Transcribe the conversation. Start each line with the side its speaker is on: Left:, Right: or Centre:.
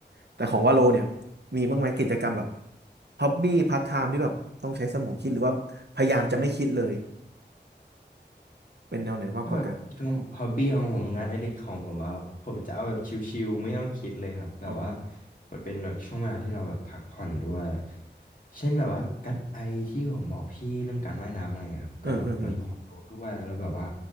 Right: แต่ของว่าโลเนี่ย มีบ้างไหมกิจกรรมแบบฮอบบี้พาร์ทไทม์ที่แบบต้องใช้สมองคิดหรือว่าพยายามจะไม่คิดเลยเป็นแนวไหนมากกว่ากัน
Left: ถ้าแบบช่วงฮอบบี้ของผมงานอดิเรกของผมอะผมจะเอาแบบชิลๆไม่ต้องคิดเลยครับแบบว่า
Right: อ๋อ
Left: มันเป็นแบบช่วงเวลาที่เราแบบพักผ่อนด้วยเช่นแบบว่าการไอที่ผมบอกพี่เรื่องการว่ายน้ำอะไรอะครับก็แบบเราอยู่คอนโดด้วยแล้วแบบว่า
Right: เออเออเออ